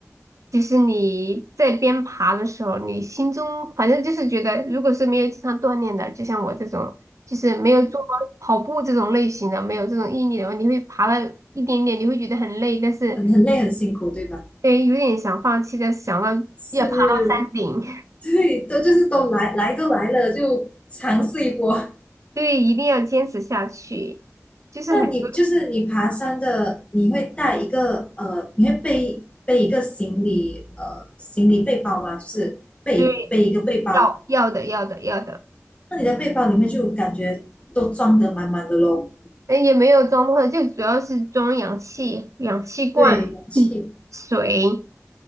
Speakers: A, on the right; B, on the left.
A: 就是你在边爬的时候，你心中反正就是觉得，如果是没有经常锻炼的，就像我这种，就是没有做过跑步这种类型的，没有这种毅力的话，你会爬了一点点，你会觉得很累，但是
B: 很很累很辛苦对吧？
A: 对，有点想放弃，但是想到要爬到山顶，
B: 是对，都就是都来来都来了，就尝试一波。
A: <laughs> 对，一定要坚持下去，就是很多
B: 那你就是你爬山的，你会带一个呃，你会背背一个行李呃行李背包吗？就是背背一个背包，
A: 对要要的要的要的。
B: 那你的背包里面就感觉都装得满满的咯。
A: 哎，也没有装少，就主要是装氧气、氧气罐、
B: 对，氧气。
A: 嗯水，